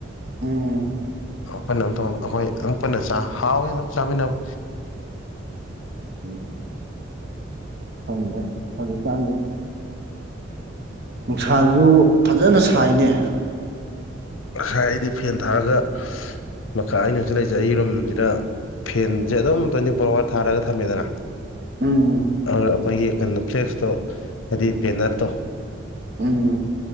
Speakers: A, on the right; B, on the left.
A: ꯎꯝ
B: ꯄꯨꯟꯅ ꯑꯗꯨꯝ ‌ꯊꫭꯡ ꯑꯩꯈꯣꯏ ꯑꯗꯨꯝ ꯄꯨꯟꯅ ꯆꯥ ꯍꯥꯎꯋꯦ ꯑꯗꯨꯝ ꯆꯥꯃꯤꯟꯅꯕ
A: ꯎꯝ ꯈꯪꯗꯦ ꯍꯧꯖꯤꯛꯀꯥꯟꯁꯦ ꯅꯨꯡꯁꯥꯁꯨ ꯐꯖꯅ ꯁꯥꯏꯅꯦ
B: ꯉꯁꯥꯏ ꯑꯩꯗꯤ ꯐꯦꯟ ꯊꯥꯔꯒ ꯃꯈꯥ ꯑꯩꯅ ꯍꯧꯖꯤꯛ ꯂꯩꯖꯩ ꯑꯩ ꯔꯨꯝꯁꯤꯗ ꯐꯦꯟꯁꯦ ꯑꯗꯨꯝ ꯇꯣꯟꯇꯤꯐꯣꯔ ꯑꯋꯥꯔ ꯊꯥꯔꯒ ꯊꯝꯃꯦꯗꯅ
A: ꯎꯝ
B: ꯑꯗꯨ ꯑꯩꯈꯣꯏꯒꯤ ꯀꯩꯅꯣ ꯐ꯭ꯂꯦꯛꯁꯇꯣ ꯍꯥꯏꯗꯤ ꯕꯦꯅꯠꯇꯣ
A: ꯎꯝ